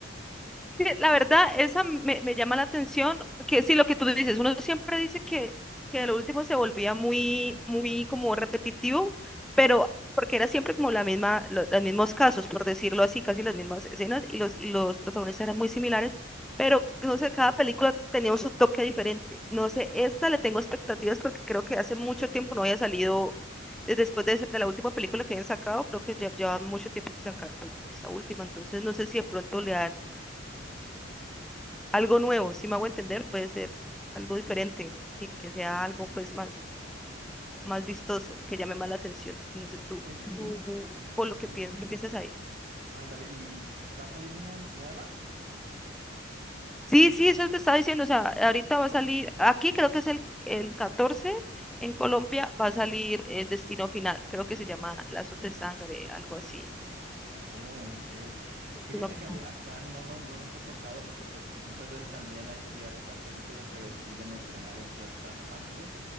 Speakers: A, in the centre; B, on the right.
A: Sí, La verdad, esa me, me llama la atención, que sí, lo que tú dices, uno siempre dice que, que de lo último se volvía muy, muy como repetitivo, pero porque era siempre como la misma, lo- los mismos casos, por decirlo así, casi las mismas escenas y los, y los protagonistas eran muy similares, pero no sé, cada película tenía un su toque diferente. No sé, esta le tengo expectativas porque creo que hace mucho tiempo no había salido, eh, después de, esa- de la última película que habían sacado, creo que ya lleva mucho tiempo sin sacar pues, esta última, entonces no sé si de pronto le dan algo nuevo, si me hago entender, puede ser algo diferente, que, que sea algo pues más, más vistoso, que llame más la atención, no sé tú,
B: En-
A: Ujú.
B: y
A: por lo que
B: mm,
A: piensas, ¿qué piensas ahí?
B: ándale, ¿y s- va a salir una nueva?
A: Sí, sí, eso te estaba diciendo, o sea, ahorita va a salir, aquí creo que es el, el 14 en Colombia va a salir eh, Destino Final, creo que se llama Lazos de Sangre, algo así.
B: Oh, ok.
A: Destino
B: Fíjate
A: Final.
B: que a mí acá no, no, no nos ha tocado porque pues muchas veces también hay ciertas películas que deciden estrenar en ciertas partes